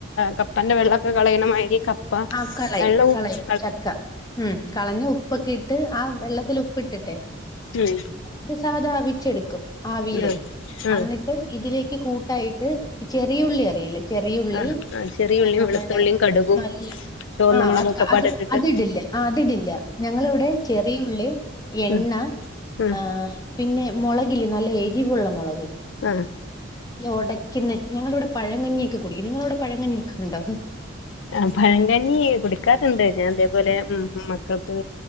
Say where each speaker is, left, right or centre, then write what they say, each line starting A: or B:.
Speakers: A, on the left; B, on the left.
A: കപ്പന്റെ വെള്ളക്കൊ കളയണമാതിരി
B: ആ കളയും
A: വെള്ളം ഊറ്റി
B: കളയും ചക്ക ഉം കളഞ്ഞ് ഉപ്പൊക്കെ ഇട്ട് ആ വെള്ളത്തിൽ ഉപ്പിട്ടിട്ട്
A: ഉം
B: എന്നിട്ട് സാധാവിച്ചെടുക്കും ആവില്
A: ആ ആ
B: അന്നി ഇതിലേക്ക് കൂട്ടായിട്ട് ഈ ചെറിയ ഉള്ളി അറീലേ ചെറിയ ഉള്ളി
A: ആ ആ ചെറിയുള്ളിയും
B: നമ്മൾടെ
A: വെളുത്തുള്ളിയും കടുകും
B: നല്ല
A: ചുവന്ന
B: അ
A: മുളകൊക്കെപ്പാടെ
B: അത്
A: ഇട്ടിട്ട്
B: അതിടില്ല അതിടില്ല ഞങ്ങളിവിടെ ചെറിയ ഉള്ളി എണ്ണ
A: ഉം ഉം
B: ആ പിന്നെ മുളകില്ലേ നല്ല എരിവുള്ള മുളക്
A: ആഹ്
B: നല്ല ഉടയ്ക്കുന്ന ഞങ്ങളിവിടെ പഴങ്ങഞ്ഞിയൊക്കെ കുടിക്കും നിങ്ങളവിടെ പഴങ്ങന്നിയൊക്കെ ഉണ്ടോ
A: ആ പഴങ്കഞ്ഞി കുടിക്കാറുണ്ട് ഞാൻ ഇതേപോലെ ഉം ഉം മക്കൾക്ക്